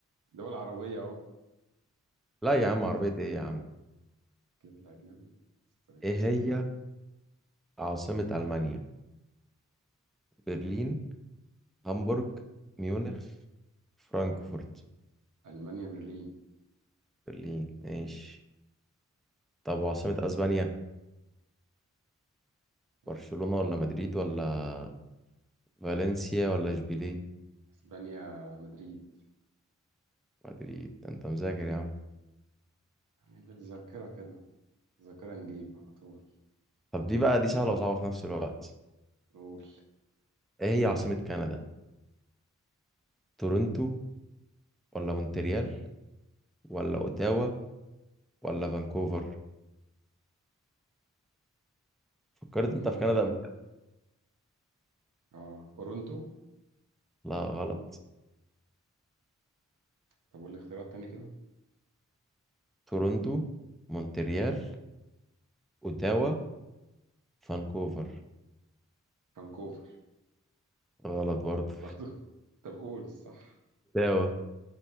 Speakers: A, on the right (about 80°); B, in the centre.
A: دول عربية أهو
B: لا يا عم عربية ايه يا عم
A: جيب لي أجنبي استر يا
B: ايه
A: رب
B: هي عاصمة ألمانيا برلين هامبورج ميونخ فرانكفورت
A: ألمانيا برلين
B: برلين ماشي طب وعاصمة أسبانيا
A: يعني
B: برشلونة ولا مدريد ولا فالنسيا ولا إشبيلية
A: إسبانيا مدريد
B: مدريد ده أنت مذاكر يا عم
A: يعني بالذاكرة كده ذاكرة نجيب على طول
B: طب دي بقى دي سهلة وصعبة في نفس الوقت
A: قول
B: إيه هي عاصمة كندا تورنتو ولا مونتريال ولا أوتاوا ولا فانكوفر فكرت
A: كان
B: أنت في
A: ده
B: كندا قبل كده
A: أه أورونتو
B: لا غلط
A: طب قول لي اختيارات تاني كده
B: تورنتو مونتريال أوتاوا فانكوفر
A: فانكوفر
B: غلط برضه
A: برضه <laughs> طب قول الصح
B: أوتاوا